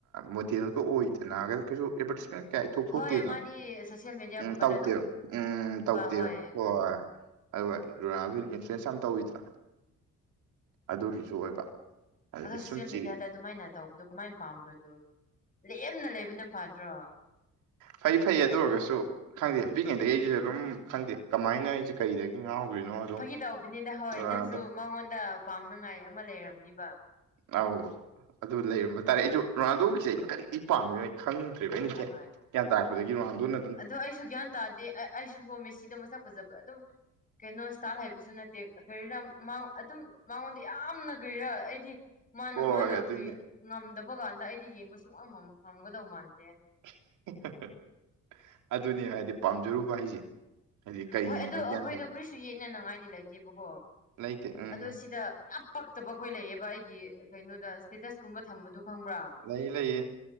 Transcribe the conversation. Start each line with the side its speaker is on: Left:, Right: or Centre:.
Right: ꯃꯣꯗꯦꯜꯒ ꯑꯣꯏꯗꯅꯒ ꯀꯩꯁꯨ ꯑꯦꯗꯚꯔꯇꯤꯁꯃꯦꯟ ꯀꯌꯥ ꯏꯊꯣꯛ
Left: ꯍꯣꯏ
Right: ꯊꯣꯛꯇꯦꯗꯅ
Left: ꯃꯥꯗꯤ ꯁꯣꯁꯤꯌꯦꯜ ꯃꯦꯗꯤꯌꯥꯒꯨꯝꯕꯗ
Right: ꯎꯝ ꯇꯧꯗꯦꯕ
Left: ꯑꯗꯨꯝ
Right: ꯎꯝ ꯇꯧꯗꯦꯕ
Left: ꯍꯣꯏ ꯑꯗꯣ
Right: ꯍꯣꯏ
Left: ꯎꯝ
Right: ꯑꯗꯨꯒ ꯔꯣꯅꯥꯈꯣꯏ ꯏꯟꯐ꯭ꯂꯨꯌꯦꯟꯁ ꯌꯥꯝ ꯇꯧꯋꯤꯗꯅꯣ ꯑꯗꯨꯒꯤꯁꯨ ꯑꯣꯏꯕ ꯑꯗꯒꯤ
Left: ꯑꯗ ꯁꯤꯌꯦꯜ
Right: ꯁꯨꯝ ꯆꯤꯔꯤ
Left: ꯃꯦꯗꯤꯌꯥꯗ ꯑꯗꯨꯃꯥꯏꯅ ꯇꯧꯕꯗꯣ ꯀꯃꯥꯏꯅ ꯄꯥꯝꯕ꯭ꯔꯣꯗꯨ ꯂꯦꯝꯅ ꯂꯩꯕꯅ ꯐꯗ꯭ꯔꯣ
Right: ꯐꯩ ꯐꯩ ꯑꯗꯨ ꯑꯣꯏꯔꯒꯁꯨ ꯈꯪꯗꯦ ꯄꯤꯛꯉꯩꯗꯒꯤ ꯑꯩꯁꯦ ꯑꯗꯨꯝ ꯈꯪꯗꯦ ꯀꯃꯥꯏꯅ ꯑꯩꯁꯨ ꯀꯩꯗꯒꯤ ꯉꯥꯎꯈ꯭ꯔꯤꯅꯣ ꯑꯗꯨꯝ
Left: ꯐꯥꯒꯤ ꯇꯧꯕꯅꯤꯗ ꯍꯣꯏ
Right: ꯔꯣꯅꯥꯜꯗꯣ
Left: ꯅꯪꯁꯨ ꯃꯉꯣꯟꯗ ꯄꯥꯝꯅꯉꯥꯏ ꯑꯃ ꯂꯩꯔꯝꯅꯤꯕ
Right: ꯑꯧ ꯑꯗꯨ ꯂꯩꯔꯝꯕ ꯇꯥꯔꯦ ꯑꯩꯁꯨ ꯔꯣꯅꯥꯜꯗꯣꯒꯤꯁꯦ ꯑꯩꯅ ꯀꯔꯤ ꯄꯥꯝꯃꯤꯅꯣ ꯑꯩ ꯈꯪꯗ꯭ꯔꯦꯕ ꯑꯩꯅ
Left: ꯍꯣꯏ
Right: ꯒꯌꯥꯟ
Left: ꯍꯣꯏ
Right: ꯇꯔꯛꯄꯗꯒꯤ ꯔꯣꯅꯥꯟꯗꯣꯅ
Left: ꯑꯗꯣ ꯑꯩꯁꯨ ꯒ꯭ꯌꯥꯟ ꯇꯥꯗꯦ ꯑꯩꯁꯨꯒꯣ ꯃꯦꯁꯤꯗꯣ ꯃꯁꯛ ꯐꯖꯕ ꯑꯗꯨꯝ ꯀꯩꯅꯣ ꯁꯇꯥꯥꯏꯜ ꯍꯥꯏꯕꯁꯨ ꯅꯠꯇꯦ ꯀꯔꯤꯝ ꯑꯗꯨꯝ ꯃꯉꯣꯟꯗ ꯌꯥꯝꯅ ꯀꯔꯤꯔꯥ ꯑꯩꯗꯤ ꯃꯥꯅ
Right: ꯍꯣꯏ
Left: ꯃꯥꯅ
Right: ꯑꯗꯨꯅꯦ
Left: ꯀꯔꯤ ꯉꯝꯗꯕ ꯀꯥꯟꯗ ꯑꯩꯗꯤ ꯌꯦꯡꯕ ꯁꯨꯡꯉꯝ ꯉꯝꯒꯗꯧ ꯃꯥꯟꯗꯦ
Right: <unintelligible> ꯑꯗꯨꯅꯦ ꯍꯥꯏꯗꯤ ꯄꯥꯝꯖꯔꯨꯕ ꯍꯥꯏꯁꯦ ꯍꯥꯏꯗꯤ ꯀꯔꯤꯅꯣ
Left: ꯍꯣꯏ ꯑꯗꯣ ꯑꯩꯈꯣꯏꯗꯣ
Right: ꯒ꯭ꯌꯥꯟ ꯇꯥꯗꯦ
Left: ꯀꯔꯤꯁꯨ ꯌꯦꯠꯅꯅꯤꯡꯉꯥꯏꯗꯤ ꯂꯩꯇꯦꯕꯀꯣ
Right: ꯂꯩꯇꯦ ꯎꯝ
Left: ꯑꯗꯣ ꯁꯤꯗ ꯌꯥꯝ ꯄꯛꯇꯕ ꯈꯣꯏ ꯂꯩꯌꯦꯕ ꯑꯩꯒꯤ ꯀꯩꯅꯣꯗ ꯁꯇꯦꯇꯁꯀꯨꯝꯕ ꯊꯝꯕꯗꯨ ꯈꯪꯕ꯭ꯔꯥ
Right: ꯂꯩ ꯂꯩꯌꯦ